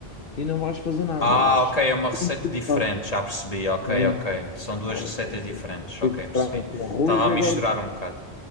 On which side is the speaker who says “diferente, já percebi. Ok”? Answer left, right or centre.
Left